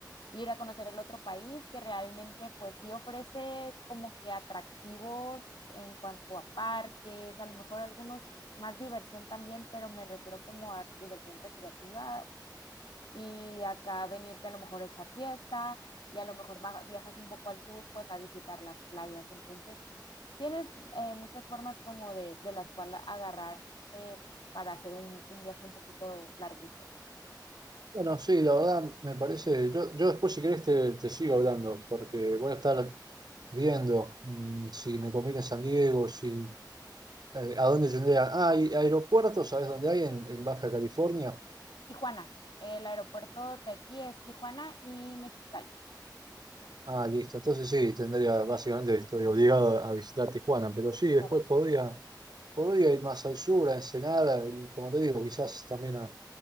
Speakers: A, on the left; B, on the right.
A: ir a conocer el otro país que realmente pues sí ofrece como que atractivos en cuanto a parques, a lo mejor algunos más diversión también, pero me refiero como a diversión recreativa y acá venirte a lo mejor a echar fiesta y a lo mejor va- viajas un poco al sur pues a visitar las playas. Entonces, tienes eh, muchas formas como de, de las cuales agarrarte para hacer un, un viaje un poquito larguito.
B: Bueno, sí, la verdad me parece, yo, yo después si querés te, te sigo hablando, porque voy a estar viendo mm, si me conviene San Diego, si eh, a dónde tendría... Ah, ¿hay aeropuertos, ¿sabes dónde hay en, en Baja California?
A: Tijuana, el aeropuerto de aquí es Tijuana y Mexicali.
B: Ah, listo. Entonces sí, tendría, básicamente estoy obligado a visitar Tijuana, pero sí, después
A: Claro,
B: podría, podría ir más al sur, a Ensenada, y como te digo, quizás también a,